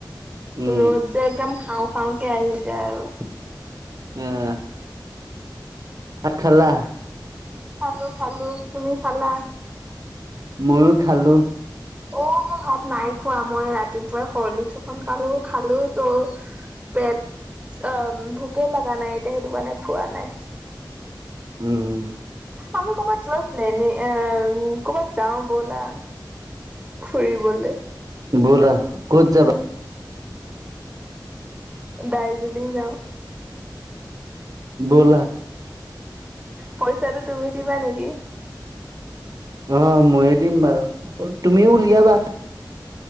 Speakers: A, on the right (about 50°); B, on the right (about 15°).
A: উম
B: ৰ'জ যে একদম খাওঁ খাওঁকে আহিছে আৰু
A: উম আঠ খেলা?
B: খালো খালো। তুমি খালা?
A: ময়ো খালো
B: অ', ভাত নাই। খোৱা মই ৰাতিপুৱাই খৰ্লি চখন কালো খালো ত পেট অ, ভোকে লাগে <unintelligible> নাই এতিয়া সেইটো কাৰণে খোৱা নাই।
A: উম
B: আমি ক''বাত যোৱা প্লেনি ক''বাত যাও ব'লা। ফুৰিবলে।
A: ব'লা ক'ত যাবা?
B: দাৰ্জিলিং যাওঁ।
A: ব'লা
B: পইচাটো তুমি দিবা নি এক
A: অ ময়ে দিম বাৰু। তুমিও উলিয়া বা!